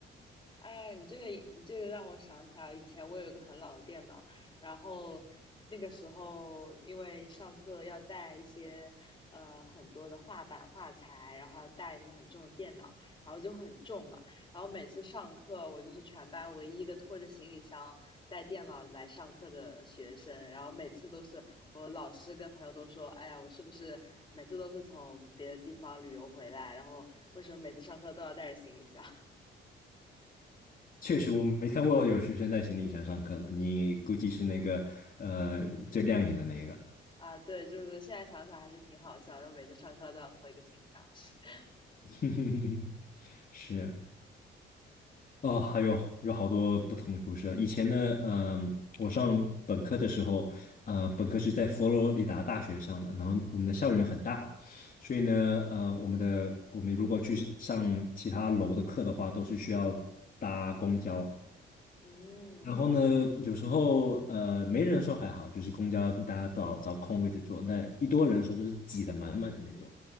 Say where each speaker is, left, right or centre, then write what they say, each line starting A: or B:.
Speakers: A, on the left; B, on the left.
A: 哎，你这个你这个让我想起来，以前我有一个很老的电脑，然后那个时候因为上课要带一些呃很多的画板画材，然后还要带那个很重的电脑，然后就很重嘛。然后每次上课，我就是全班唯一一个拖着行李箱带电脑来上课的学生，然后每次都是我老师跟朋友都说，哎呀，我是不是每次都是从别的地方旅游回来，然后为什么每次上课都要带着行李箱？
B: 确实我没看过有学生带行李箱上课了，你估计是那个呃最亮眼的那个。
A: 啊，对，就是现在想想还是挺好笑的，每次上课都要拖一个行李箱去。<laughs>
B: <laughs> 是哦，还有有好多不同的故事啊。以前呢，嗯、我上本科的时候，呃，本科是在佛罗里达大学上的，然后我们的校园很大，所以呢，呃，我们的我们如果去上其他楼的课的话，都是需要搭公交。
A: 嗯，
B: 然后呢，有时候呃没人的时候还好，就是公交大家找找空位置坐，那一多人的时候就是挤得满满的那种。